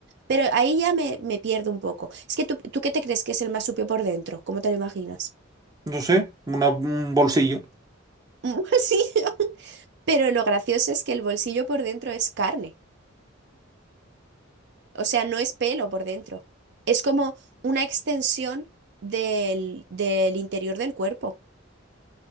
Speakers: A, on the right; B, on the right.
A: Pero ahí ya me, me pierdo un poco. Es que tú, ¿tú qué te crees que es el marsupio por dentro? ¿Cómo te lo imaginas?
B: no sé, una- un bolsillo.
A: <laughs> Sí, Pero lo gracioso es que el bolsillo por dentro es carne, o sea, no es pelo por dentro. Es como una extensión del, del interior del cuerpo,